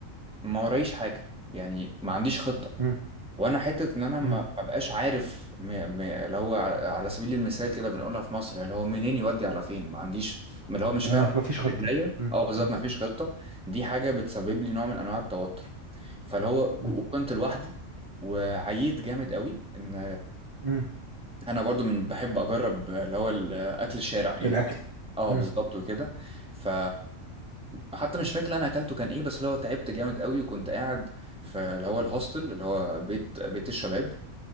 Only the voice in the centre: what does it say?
ما ورايش حاجة يعني ما عنديش خطة
وانا حته ان انا ما
ما بقاش عارف م... م... اللي هو على على سبيل المثال كده بنقولها في مصر اللي هو منين يودي على فين ما عنديش اللي هو مش
فاهم
<laughs>
رجليا
اه بالظبط
ما فيش خطه دي حاجه بتسبب لي نوع من انواع التوتر فاللي هو ك-
وكنت لوحدي وعييت جامد قوي ان
انا برضو من بحب اجرب اللي هو الاكل الشارع يعني
اه
بالظبط وكده ف حتى مش فاكر انا اكلته كان ايه بس اللي هو تعبت جامد قوي وكنت قاعد في اللي هو الهوستل اللي هو بيت بيت الشباب